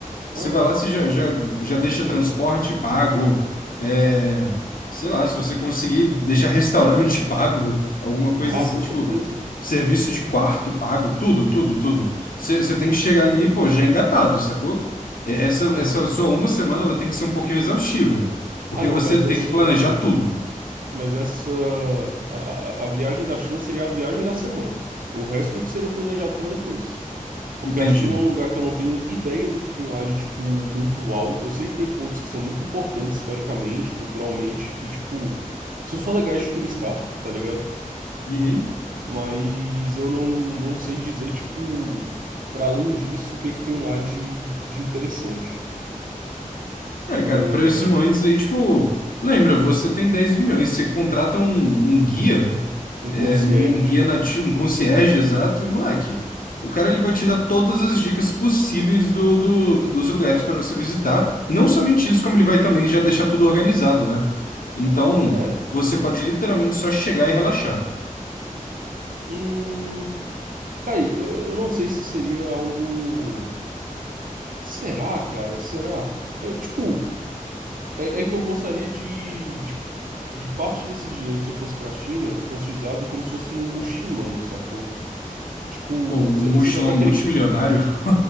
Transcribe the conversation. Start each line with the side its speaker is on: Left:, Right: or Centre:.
Left: Você
Right: Aham.
Left: vai lá, você já, já, já deixa transporte pago, é, sei lá, se você conseguir deixar restaurante <laughs> pago, alguma coisa
Right: Ah,
Left: assim,
Right: com
Left: tipo,
Right: certeza.
Left: serviço de quarto pago, tudo, tudo, tudo. Você, você tem que chegar ali, pô, já engatado, sacou? É, Essa,
Right: Aham.
Left: essa sua uma semana, ela tem que ser um pouquinho exaustiva, porque
Right: Ah, não,
Left: você
Right: mas
Left: tem
Right: essa.
Left: que planejar tudo,
Right: Mas essa. A, a- a viagem da China seria a viagem da semana. O resto que seria planejado para depois. Porque
Left: entendi.
Right: a China é um lugar que eu não tenho ideia do que tem lá de, tipo, muito uau. Eu sei que tem pontos que são muito importantes historicamente, culturalmente, e, tipo, são só legais de turistar, tá ligado?
Left: Uhum.
Right: mas eu não, não sei dizer, tipo, para além disso, o que que tem lá de, de interessante.
Left: É, cara,
Right: Ahn,
Left: para esses momentos aí, tipo, lembra, você tem 10 milhões, você contrata um, um guia
Right: um concierge.
Left: Um um guia nativo, um concierge exato, e moleque, o cara ele vai te dar todas as dicas possíveis do, do- do- dos lugares para você visitar. Não somente isso, como ele vai também já deixar tudo organizado, né? Então,
Right: É.
Left: você pode literalmente só chegar e relaxar.
Right: Hum, tá aí. Eu, eu não sei se seria algo. Será, cara? Será? Eu, tipo, é, é que eu gostaria de, de, de parte desse dinheiro, se eu fosse pra China, fosse usado como se fosse num mochilão, sacou? Tipo,
Left: Pô, um
Right: você
Left: um
Right: você
Left: mochilão
Right: já viu aquele
Left: multimilionário. <laughs>